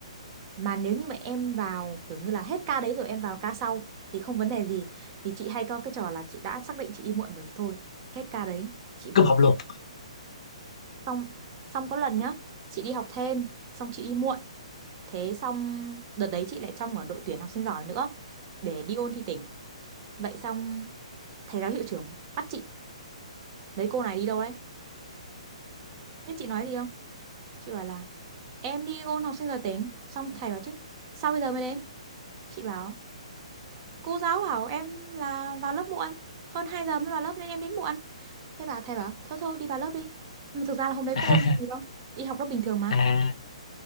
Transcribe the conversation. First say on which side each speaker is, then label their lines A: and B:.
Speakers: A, on the right (about 35°); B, on the left (about 65°).
A: Mà nếu như mà em vào kiểu như là hết ca đấy rồi em vào ca sau thì không vấn đề gì. Thì chị hay có cái trò là chị đã xác định chị đi muộn rồi thì thôi, hết ca đấy, chị vào.
B: cúp học luôn
A: Xong, xong có lần nhá, chị đi học thêm, xong chị đi muộn. Thế xong đợt đấy chị lại trong ở đội tuyển học sinh giỏi nữa để đi ôn thi tỉnh. Vậy xong thầy giáo hiệu trưởng bắt chị, mấy cô này đi đâu đấy? Biết chị nói gì không? Chị bảo là em đi ôn học sinh giỏi tính. Xong thầy bảo chứ sao bây giờ mới đến? Chị bảo cô giáo bảo em là vào lớp muộn. Hơn 2 giờ mới vào lớp nên em đến muộn. Thế bà thầy bảo thôi thôi đi vào lớp đi. Nhưng mà thực ra là hôm đấy
B: <laughs>
A: có ôn gì đâu. Đi học lớp bình thường mà.
B: à